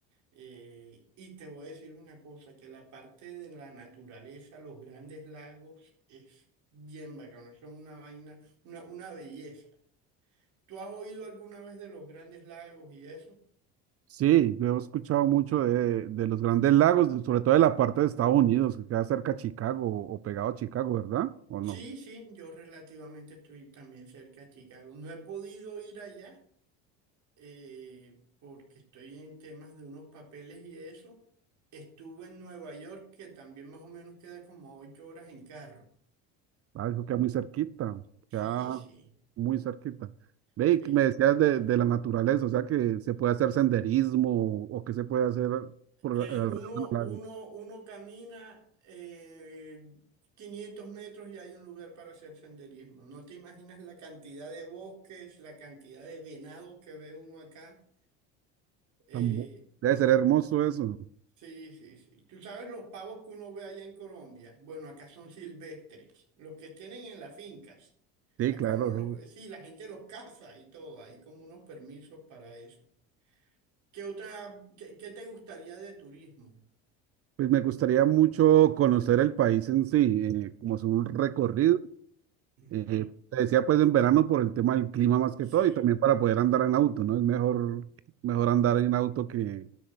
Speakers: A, on the right; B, on the right.
A: Eh, y te voy a decir una cosa, que la parte de la naturaleza, los grandes lagos, es bien bacano, son una vaina, una, una belleza. ¿Tú has oído alguna vez de los grandes lagos y eso?
B: Sí, yo he escuchado mucho de, de los Grandes Lagos, sobre todo de la parte de Estados Unidos, que queda cerca a Chicago o pegado a Chicago, ¿verdad? ¿O
A: Sí,
B: no?
A: sí, yo relativamente estoy también cerca de Chicago. No he podido ir allá eh, porque estoy en temas de unos papeles y eso. Estuve en Nueva York, que también más o menos queda como a ocho horas en carro.
B: Ah, eso queda muy cerquita, queda
A: Sí, sí,
B: muy cerquita. Ve,
A: sí.
B: y que me decías de, de la naturaleza, o sea que se puede hacer senderismo o, o que se puede hacer por
A: Eh,
B: la- alrededor
A: uno,
B: de los lagos.
A: uno, uno camina eh, 500 metros y hay un lugar para hacer senderismo. No te imaginas la cantidad de bosques, la cantidad de venados que ve uno acá. Eh,
B: Tan bu- Debe ser hermoso eso.
A: sí, sí, sí. Tú sabes los pavos que uno ve allá en Colombia. Bueno, acá son silvestres, los que tienen en las fincas.
B: Sí,
A: Acá
B: claro.
A: uno los ve, sí, la gente los caza y todo. Hay como unos permisos para eso. ¿Qué otra, qué, qué te gustaría de turismo?
B: Pues me gustaría mucho conocer el país en sí, eh, como es un recorrido
A: Ujú.
B: Eh, te decía pues en verano por el tema del clima más que
A: Sí,
B: todo y también para poder andar en auto, ¿no? Es mejor, mejor andar en auto que